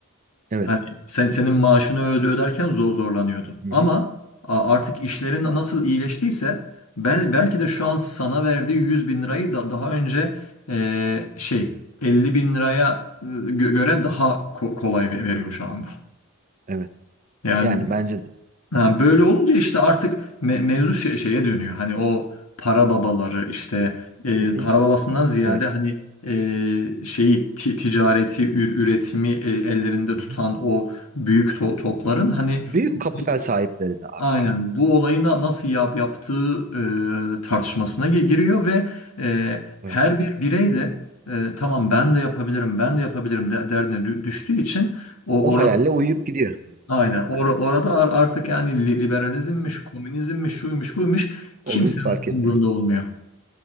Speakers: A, on the right; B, on the left.
A: evet.
B: Yani sen, senin maaşını öde öderken zor zorlanıyordu.
A: Hı-hı.
B: Ama a- artık işlerin nasıl iyileştiyse bel, belki de şu an sana verdiği yüz bin lirayı da daha önce e, şey elli bin liraya e, gö- göre daha ko- kolay ve- veriyor şu anda.
A: Evet.
B: Yani
A: Yani bence de.
B: Ha, böyle olunca işte artık me- mevzu şey- şeye dönüyor. Hani o para babaları işte e,
A: Hı-hı.
B: para babasından ziyade
A: Evet.
B: hani e, şeyi ti- ticareti, ür- üretimi e, ellerinde
A: Hı-hı.
B: tutan o büyük to- topların hani
A: Büyük
B: bu-
A: kapital sahipleri de artık
B: aynen
A: yani.
B: bu olayı na- nasıl yap yaptığı e, tartışmasına gi- giriyor ve e,
A: Evet.
B: her bir birey de e, tamam ben de yapabilirim, ben de yapabilirim de derdine dü- düştüğü için o
A: O
B: orada
A: hayalle uyuyup gidiyor.
B: Aynen. Or- orada ar- artık yani li- liberalizmmiş, komünizmmiş, şuymuş, buymuş kimsenin
A: O bir fark etmiyor.
B: umurunda olmuyor.